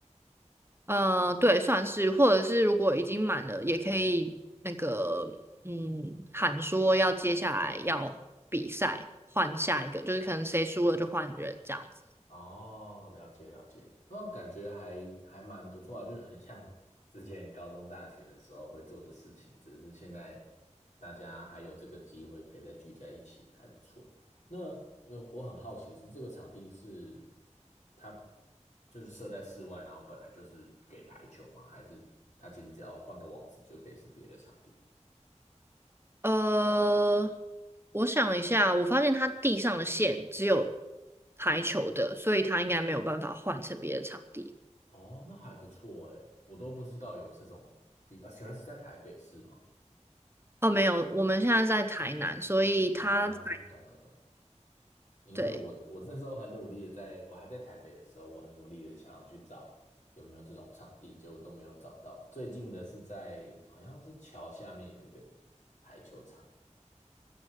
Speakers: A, on the right; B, on the left.
A: 嗯、呃，对，算是，或者是如果已经满了，也可以那个，嗯，喊说要接下来要比赛，换下一个，就是可能谁输了就换人这样子。
B: 哦，了解了解，那感觉还还蛮不错啊，就是很像 <laughs> 之前高中、大学的时候会做的事情，只是现在大家还有这个机会可以再聚在一起，还不错。那呃，我很好奇是这个场地是它就是设在室外，然后本来就是给排球吗？还是它其实只要换个网址就可以是别的场地？
A: 呃，我想一下，我发现他地上的线只有排球的，所以他应该没有办法换成别的场地。
B: 哦，那还不错诶，我都不知道有这种地方，啊原来是在台北市吗？
A: 哦，没有，我们现在在台南，所以他在
B: 哦，懂了懂了。因为我我那时候很努力的在，
A: 对
B: 我还在台北的时候，我很努力的想要去找有没有这种场地，结果都没有找到。最近的是在好像是桥下面有一个排球场，